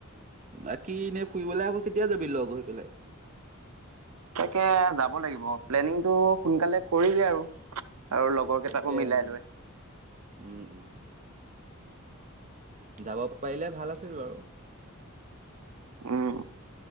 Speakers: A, on the right (about 35°); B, on the right (about 85°).
A: বাকী এনেই ফুৰিবলে আকৌ কেতিয়া যাবি লগ হৈ পেলাই
B: তাকে যাব লাগিব প্লেনিংটো সোনকালে কৰি দে আৰু আৰু লগৰ কেইটাকো
A: তাকে
B: মিলাই
A: অ',
B: লৈ।
A: উম, উম, যাব পাৰিলে ভাল আছিল বাৰু।
B: উম